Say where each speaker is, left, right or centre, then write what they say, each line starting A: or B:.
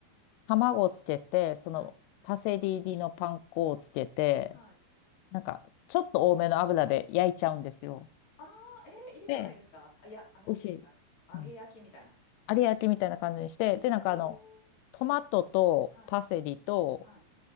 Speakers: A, on the left; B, on the left.
A: 卵をつけて、そのパセリ入りのパン粉をつけて、
B: はい。はい。
A: なんか、ちょっと多めの油で焼いちゃうんですよ。
B: ああ、えー、よくないですかあ、
A: で、
B: いや、あ、なんていうんですか揚げ焼きみたいな。
A: 美味しい。うん。有焼きみたいな感じにして、
B: えー
A: で、なんかあの、トマトとパセリと
B: はい、はい、